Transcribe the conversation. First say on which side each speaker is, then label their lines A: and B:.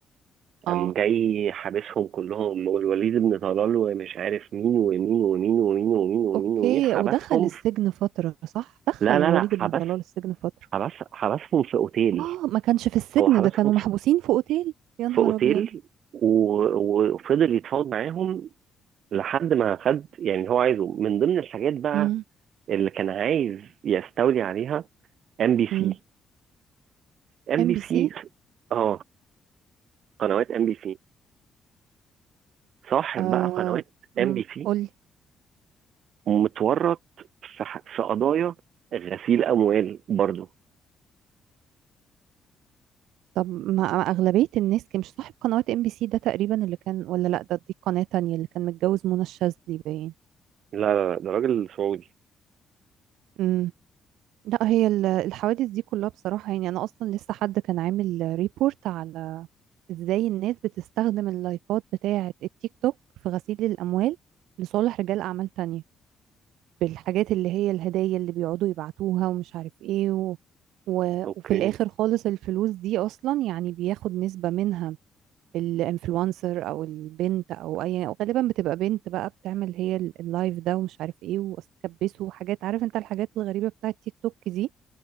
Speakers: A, on the right; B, on the right.
A: قام
B: اه
A: جاي حابسهم كلهم والوليد بن طلال ومش عارف مين ومين ومين ومين ومين ومين
B: اوكي
A: ومين حبسهم
B: ودخل السجن
A: في-
B: فترة صح دخل
A: لا
B: الوليد
A: لا لا حبس
B: بن طلال السجن فترة
A: حبس حبسهم في اوتيل
B: اه ما كانش في السجن
A: هو حبسهم
B: ده كانوا
A: في
B: محبوسين في اوتيل يا نهار
A: في اوتيل
B: ابيض
A: و- وفضل يتفاوض معاهم لحد ما خد يعني هو عايزه من ضمن الحاجات بقى
B: امم
A: اللي كان عايز يستولي عليها ام بي
B: امم
A: سي ام
B: ام
A: بي
B: بي
A: سي
B: سي
A: اه قنوات ام بي سي صاحب
B: آه
A: بقى قنوات
B: امم
A: ام بي سي
B: قولي
A: متورط في ح- في قضايا غسيل اموال برضه
B: طب ما ما أغلبية الناس كان مش صاحب قنوات ام بي سي ده تقريبا اللي كان ولا لا ده دي قناة تانية اللي كان متجوز منى الشاذلي باين
A: لا لا لا ده راجل سعودي
B: مم. لا هي ال- الحوادث دي كلها بصراحة يعني أنا أصلا لسه حد كان عامل ريبورت على إزاي الناس بتستخدم اللايفات بتاعة التيك توك في غسيل الأموال لصالح رجال أعمال تانية بالحاجات اللي هي الهدايا اللي بيقعدوا يبعتوها ومش عارف إيه و... و...
A: اوكي
B: وفي الآخر خالص الفلوس دي أصلا يعني بياخد نسبة منها الانفلونسر أو البنت أو أي أو غالبا بتبقى بنت بقى بتعمل هي ال- اللايف ده ومش عارف إيه وأستكبسه وحاجات عارف أنت الحاجات الغريبة بتاعة تيك توك دي